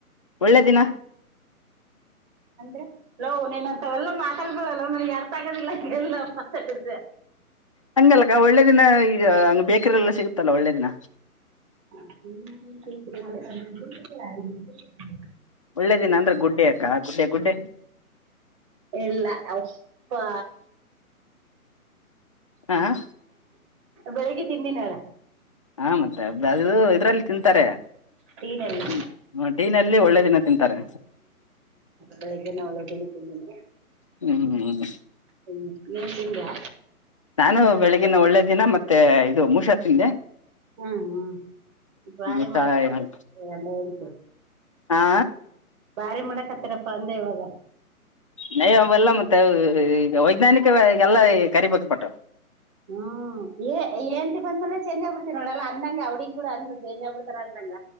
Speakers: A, on the left; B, on the right.
A: ಒಳ್ಳೆ ದಿನ
B: ಅಂದ್ರೆ? ಲೋ ನೀನಂತವೆಲ್ಲ ಮಾತಾಡ್ಬೇಡಲೋ ನನಗೆ ಅರ್ಥ ಆಗದಿಲ್ಲ ಏನಿಲ್ಲಾ ಮತ್ತೆ ಅದೇ
A: ಹಂಗಲ್ಲಕ್ಕ ಒಳ್ಳೆ ದಿನ ಈ ಹಂಗ್ ಬೇಕರಿ ಎಲ್ಲ ಸಿಗುತ್ತಲ್ಲ ಒಳ್ಳೆ ದಿನ
B: <unintelligible>
A: ಒಳ್ಳೆ ದಿನ ಅಂದ್ರೆ ಗುಡ್ಡೆ ಯಕ್ಕಾ ಆ ಗುಡ್ಡೇ ಗುಡ್ಡೆ
B: ಇಲ್ಲ ಅಪ್ಪಾ
A: ಹಾ
B: ಬೆಳಿಗ್ಗೆ ತಿಂದಿನ್ ಏಳ್
A: ಹಾ ಮತ್ತೆ <unintelligible> ಅದು ಇದ್ರಲ್ಲಿ ತಿಂತಾರೆ
B: ಟೀನಲ್ಲಿ
A: ಹ್ಮ ಟೀ ನಲ್ಲಿ ಒಳ್ಳೆ ದಿನ ತಿಂತಾರೆ.
B: ಬೆಳಿಗ್ಗೆನೆ ಒಳ್ಳೆ ದಿನ ತಿಂದಿನಿ.
A: ಹ್ಮ್ ಹ್ಮ್ ಹ್ಮ
B: ಹ್ಮ ನೀನ್ ತಿಂದಿಯಾ?
A: ನಾನು ಬೆಳಗಿನ ಒಳ್ಳೆ ದಿನ ಮತ್ತೆ ಇದು ಮುಷಾ ತಿಂದೆ.
B: ಹ್ಮ್ ಹ್ಮ್ ಬಾರಿ
A: ಮತ್ತೆ
B: ಮಾಡ್ತಾರ
A: ಹ
B: ಗಂಡ ಹೆಂಡ್ತಿ
A: ಹಾ
B: ಬಾರಿ ಮಾಡಕತ್ತಿರಪ್ಪಾ ಅಂದೆ ಇವಾಗ.
A: ನಯ ಅವಲ್ಲ ಮತ್ತೆ ಈಗ ವೈಜ್ಞಾನಿಕವಾಗಿ ಎಲ್ಲ ಕರಿಬೇಕ ಪಟ್ಟ.
B: ಹ್ಮ್ ಏಏಂತಿ ಬಂದ ಮೆಲೆ ಚಂಜ್ ಆಗ್ಬಿಡ್ತತಿ ನೋಡಲ್ಲ ಅಂದಂಗ ಅವಡಿಗ್ ಗೂಡ ಅಂದ್ಬಡ್ ಚೇಂಜ್ ಆಬ ಬಿಡ್ತರ ಅಂದಂಗ.